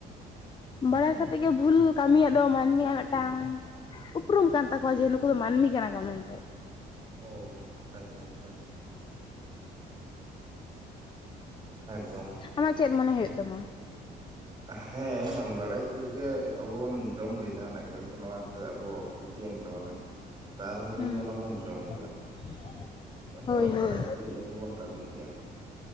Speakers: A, on the left; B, on the right.
A: ᱵᱟᱲᱟᱭ
B: ᱦᱩᱸ
A: ᱠᱟᱛᱮ ᱜᱮ ᱵᱷᱩᱞ ᱠᱟᱹᱢᱤᱭᱟᱜ ᱫᱚ ᱢᱟᱹᱱᱢᱤᱭᱟᱜ ᱢᱤᱫᱴᱟᱝ ᱩᱯᱨᱩᱢ ᱠᱟᱱ ᱛᱟᱠᱚᱣᱟ ᱡᱮ ᱱᱩᱠᱩ ᱫᱚ ᱢᱟᱹᱱᱢᱤ ᱠᱟᱱᱟ ᱠᱚ ᱢᱮᱱᱛᱮ
B: ᱚ ᱟᱪᱪᱷᱟ ᱟᱪᱪᱷᱟ ᱦᱮᱸᱛᱚ
A: ᱟᱢᱟᱜ ᱪᱮᱫ ᱢᱚᱱᱮ ᱦᱩᱭᱩᱜ ᱛᱟᱢᱟ
B: ᱦᱮᱸ ᱵᱟᱲᱟᱭ ᱛᱩᱞᱩᱡ ᱜᱮ ᱟᱵᱚᱵᱚᱱ ᱡᱚᱢᱮᱫᱟ ᱡᱟᱦᱟᱱᱟᱜ ᱜᱮ ᱦᱚᱭᱛᱚ ᱱᱚᱣᱟ ᱟᱵᱚ ᱠᱷᱚᱛᱤᱭᱮᱢ ᱛᱟᱵᱚᱱᱟ ᱛᱟᱣ ᱨᱮᱦᱚᱸ ᱠᱤᱱᱛᱩ
A: ᱦᱩᱸ
B: ᱚᱱᱟ ᱵᱚᱱ ᱡᱚᱢ ᱜᱮᱭᱟ
A: <inaudible>
B: ᱦᱚᱭᱛᱚ
A: ᱦᱳᱭ
B: ᱵᱟᱲᱟᱭ ᱛᱩᱞᱩᱡ ᱟᱵᱚ ᱵᱚᱱ ᱠᱟᱹᱢᱤ ᱜᱮᱭᱟ